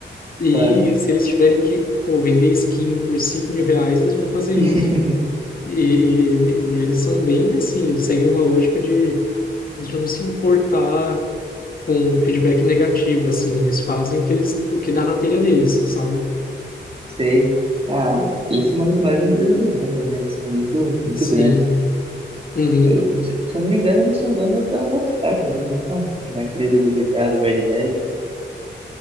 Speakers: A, on the left (about 50°); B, on the right (about 30°).
A: E
B: claro.
A: se eles tiverem que pô, vender skin por 5 mil reais, eles vão fazer isso.
B: <laughs>
A: E, e, e eles são bem assim, eles seguem uma lógica de, de não se importar com um feedback negativo, assim. Eles fazem o que eles, o que dá na telha deles, sabe?
B: Sei. Ah, eles são uma das maiores empresas do mundo, né? Eles são muito, muito
A: Sim.
B: grandes.
A: Uhum.
B: Eu, se, se eu não me engano, eles são donos da Rockstar também, não são? Da empresa do GTA, do Red Dead.